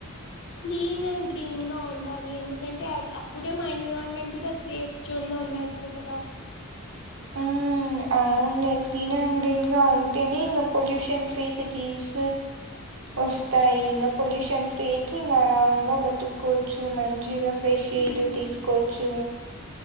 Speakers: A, on the left; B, on the right.
A: క్లీన్ అండ్ గ్రీన్ గా ఉండాలి ఎందుకంటే అప్పుడే మా ఎన్విరాన్మెంట్ కూడా సేఫ్ జోన్ లో ఉన్నట్లు కదా
B: మ్మ్ అవునులే క్లీన్ అండ్ గ్రీన్ గా ఉంటేనే ఇంకా పొల్యూషన్ ఫ్రీ సిటీస్ వస్తాయి ఇంకా పొల్యూషన్ ఫ్రీ ఇంగ ఆరాంగా బతుకోవచ్చు మంచిగా ఫ్రెష్
A: హ్మ్
B: ఎయిర్ తీసుకోవచ్చు